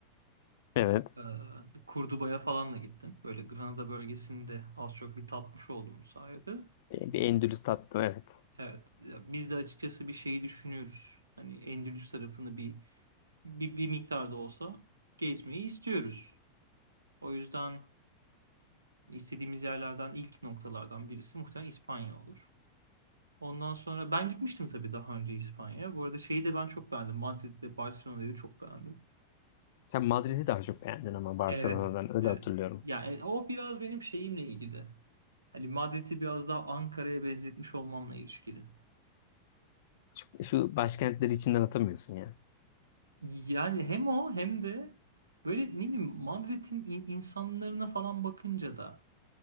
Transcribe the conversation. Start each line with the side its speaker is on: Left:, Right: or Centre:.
Left: Evet.
Right: E, Kurduba'ya falan da gittin. Böyle Granada bölgesini de az çok bir tatmış oldum bu sayede.
Left: Bir bir Endülüs tattım evet.
Right: Evet, ya biz de açıkçası bir şeyi düşünüyoruz. Hani Endülüs tarafını bir bir, bir miktar olsa gezmeyi istiyoruz. O yüzden e, istediğimiz yerlerden ilk noktalardan birisi muhtemelen İspanya olur. Ondan sonra ben gitmiştim tabii daha önce İspanya'ya. Bu arada şeyi de ben çok beğendim. Madrid'de Barcelona'yı çok beğendim.
Left: Sen Madrid'i daha çok beğendin ama Barcelona'dan
Right: Evet,
Left: öyle
Right: evet.
Left: hatırlıyorum.
Right: Yani o biraz benim şeyimle ilgili. Hani Madrid'i biraz daha Ankara'ya benzetmiş olmamla ilişkili.
Left: Şu, şu başkentleri içinden atamıyorsun ya.
Right: Yani hem o hem de böyle ne bileyim Madrid'in in- insanlarına falan bakınca da